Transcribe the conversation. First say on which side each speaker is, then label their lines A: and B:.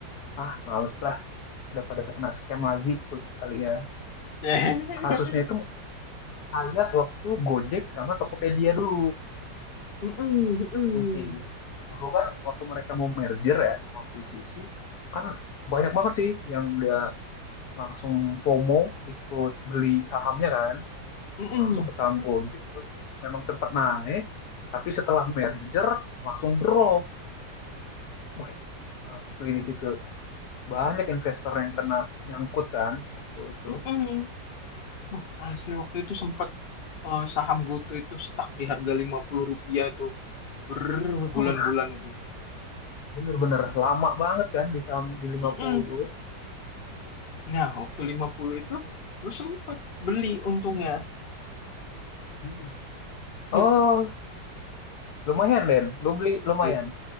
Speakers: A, on the left; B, on the left.
A: ah males lah udah pada kena scam lagi kali ya.
B: <laughs> Mm-mm,
A: Kasusnya itu kayak waktu Gojek sama Tokopedia dulu
B: mm-mm,
A: mungkin. Dulu kan waktu mereka mau merger ya, mau akuisisi, kan banyak banget sih yang udah langsung FOMO ikut beli sahamnya kan,
B: mm-mm,
A: masuk ke saham Gojek terus memang sempat naik, tapi setelah merger langsung drop Wih, asli di situ. Banyak investor yang kena nyangkut kan waktu itu.
B: mm-mm. Uh, asli waktu itu sempat saham GoTo itu stuck di harga 50 rupiah tuh berbulan-bulan
A: Uh,
B: itu.
A: bener-bener lama banget kan di saham di 50
B: Mm-mm.
A: dulu.
B: Nah, waktu 50 itu gue sempat beli untungnya.
A: Hmm.
B: <laughs>
A: Oh, lumayan Den. Lu beli lumayan.
B: Lu-